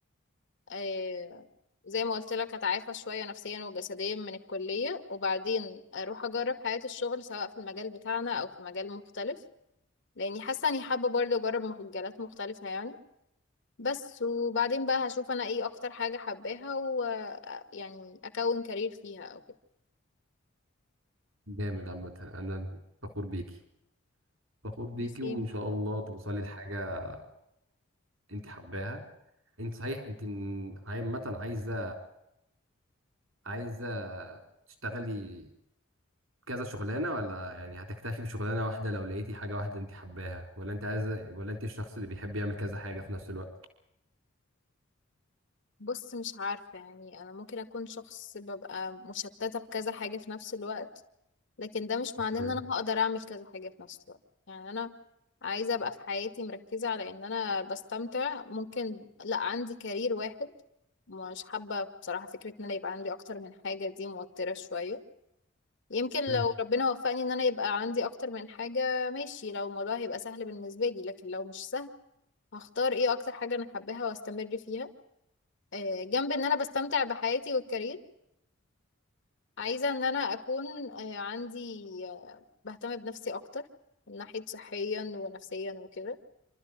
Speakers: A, on the left (about 60°); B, on the right (about 70°).
A: أه زي ما قلت لك هتعافى شوية نفسيا وجسديا من الكلية وبعدين اروح اجرب حياة الشغل سواء في المجال بتاعنا او في مجال مختلف لاني حاسة اني حابة برضه اجرب مجالات مختلفة يعني بس وبعدين بقى هشوف انا ايه اكتر حاجة حباها و يعني اكون كارير فيها او كده
B: جامد عامة انا فخور بيكي فخور بيكي
A: برسم
B: وان شاء الله توصلي لحاجة انت حباها انت صحيح انت م- عامة عايزة عايزة تشتغلي كذا شغلانة ولا يعني هتكتفي بشغلانة واحدة لو لقيتي حاجة واحدة انت حباها ولا انت عايزة ولا انت الشخص اللي بيحب يعمل كذا حاجة في نفس الوقت
A: بص مش عارفة يعني انا ممكن اكون شخص ببقى مشتتة بكذا حاجة في نفس الوقت لكن ده مش
B: اوكي
A: معناه ان انا هقدر اعمل كذا حاجة في نفس الوقت يعني انا عايزة ابقى في حياتي مركزة على ان انا بستمتع ممكن لا عندي كارير واحد مش حابة بصراحة فكرة ان انا يبقى عندي اكتر من حاجة دي موترة شوية يمكن
B: فاهم.
A: لو ربنا وفقني ان انا يبقى عندي اكتر من حاجة ماشي لو الموضوع هيبقى سهل بالنسبة لي لكن لو مش سهل هختار ايه اكتر حاجة انا حباها واستمر فيها آه، جنب ان انا بستمتع بحياتي والكارير عايزة ان انا اكون آه، عندي آه، بهتم بنفسي اكتر من ناحية صحيا ونفسيا وكده